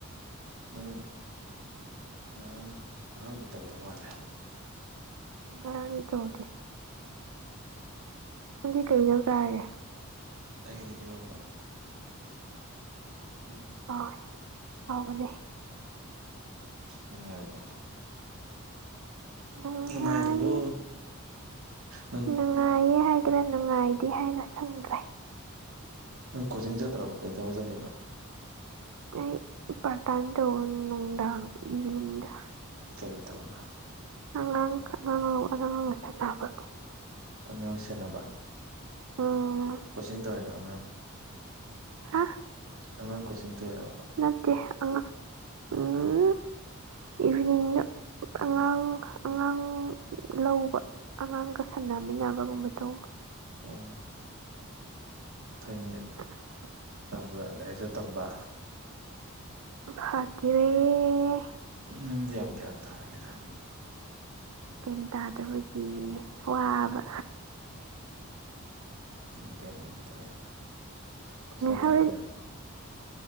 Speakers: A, on the right (about 70°); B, on the right (about 85°).
A: ꯅꯪ ꯉꯔꯥꯡ ꯉꯔꯥꯡꯗꯤ ꯇꯧꯗ ꯃꯥꯜꯂꯦ
B: ꯉꯔꯥꯡꯗꯤ ꯇꯧꯗꯦ ꯅꯪꯗꯤ ꯀꯩ ꯏꯟꯖꯥꯡ ꯆꯥꯔꯒꯦ
A: ꯑꯩꯗꯤ ꯏꯔꯣꯟꯕ ꯎꯝ
B: ꯑꯣ ꯑꯣ <unintelligible> ꯍꯥꯎꯕꯅꯦ
A: ꯅꯨꯡꯉꯥꯏꯔꯤꯕꯣ
B: ꯅꯨꯡꯉꯥꯏ
A: ꯅꯨꯡꯉꯥꯏꯔꯤꯕꯣ ꯅꯪ
B: ꯅꯨꯡꯉꯥꯏꯌꯦ ꯍꯥꯏꯒꯦꯔꯥ ꯅꯨꯡꯉꯥꯏꯇꯦ ꯍꯥꯏꯒꯦꯔꯥ ꯈꯪꯗ꯭ꯔꯦ
A: ꯅꯪ ꯀꯣꯆꯤꯡ ꯆꯠꯇ꯭ꯔꯕꯣ ꯀꯩ ꯊꯕꯛ ꯆꯠꯂꯤꯅꯣ
B: ꯑꯩ ꯄꯥꯔꯠ ꯇꯥꯢꯝ ꯇꯧꯕ ꯅꯨꯡꯖꯥꯡ ꯏꯚꯤꯅꯤꯡꯗ
A: ꯀꯔꯤ ꯇꯧꯔꯤꯕ
B: ꯑꯥꯉꯥꯡ <unintelligible> ꯑꯉꯥꯡꯒ ꯁꯥꯟꯅꯕ
A: ꯑꯉꯥꯡ ꯁꯦꯟꯅꯕ
B: ꯎꯝ
A: ꯀꯣꯆꯤꯡ ꯇꯧꯋꯤꯔꯣ ꯑꯉꯥꯡ
B: ꯍꯥ
A: ꯑꯉꯥꯡ ꯀꯣꯆꯤꯡ ꯇꯣꯏꯔꯥꯕ
B: ꯅꯠꯇꯦ ꯑꯉꯥꯡ
A: <inaudible>
B: ꯎꯝ ꯏꯚꯤꯅꯤꯡꯗ ꯑꯉꯥꯡ ꯑꯉꯥꯡ ꯂꯧꯕ ꯑꯉꯥꯡꯒ ꯁꯥꯟꯅꯃꯤꯟꯅꯕꯒꯨꯝꯕ ꯇꯧꯕ
A: ꯑꯣ ꯐꯩꯅꯦ
B: <inaudible>
A: ꯇꯥꯟꯕ ꯂꯥꯏꯔꯤꯛꯁꯨ ꯇꯝꯕ
B: <unintelligible>
A: ꯅꯪꯗꯤ ꯌꯥꯝ ꯒ꯭ꯌꯥꯟ ꯇꯥꯔꯝꯃꯦꯅ
B: ꯒ꯭ꯌꯥꯟ ꯇꯥꯗꯕꯒꯤ ꯋꯥꯕ
A: <inaudible> ꯎꯝ ꯅꯪ ꯒ꯭ꯌꯥꯟ ꯌꯥꯝ ꯇꯥꯏ ꯄꯩꯁꯥ ꯇꯥꯅ
B: ꯍꯣꯔꯦꯟ
A: <unintelligible>